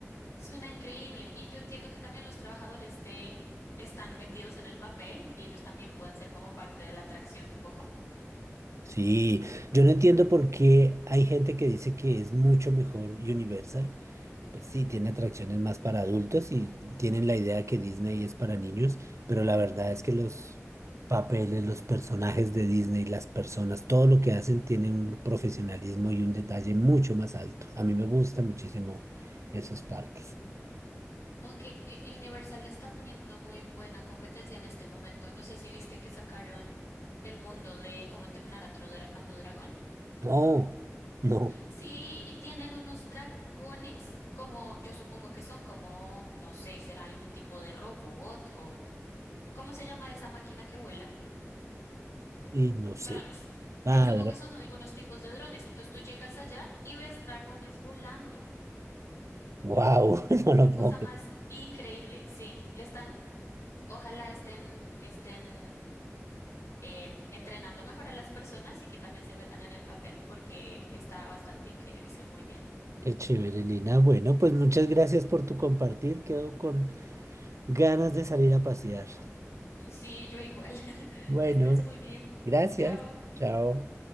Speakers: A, on the left; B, on the right.
A: Suena increíble y yo entiendo que también los trabajadores te están metidos en el papel y ellos también pueden ser como parte de la atracción un poco.
B: Sí, yo no entiendo por qué hay gente que dice que es mucho mejor Universal. Pues sí, tiene atracciones más para adultos y tienen la idea que Disney es para niños, pero la verdad es que los papeles, los personajes de Disney, las personas, todo lo que hacen tiene un profesionalismo y un detalle mucho más alto. A mí me gustan muchísimo esos parques.
A: Aunque Universal le está poniendo muy buena competencia en este momento, no sé si viste que sacaron El mundo de cómo entrenar a tu, dra- a tu dragón.
B: No, no,
A: Sí, y tienen unos dragones como, yo supongo que son como, no sé, será algún tipo de robot o, ¿cómo se llama esa máquina que vuela? Mm,
B: y no sé.
A: drones. Yo
B: Ah,
A: supongo que son algunos tipos de drones. Entonces tú llegas allá y ves dragones volando.
B: wow, <laughs> no lo
A: Qué cosa
B: puedo creer.
A: más increíble. Sí, le están, ojalá estén, estén em, entrenando mejor a las personas y que también se metan en el papel porque está bastante increíble, se ve muy bien.
B: Qué chévere, Lina. Bueno, pues muchas gracias por tu compartir. Quedo con ganas de salir a pasear.
A: Sí, yo igual. <laughs>
B: Bueno,
A: Que estés muy bien.
B: gracias.
A: Chao.
B: Chao.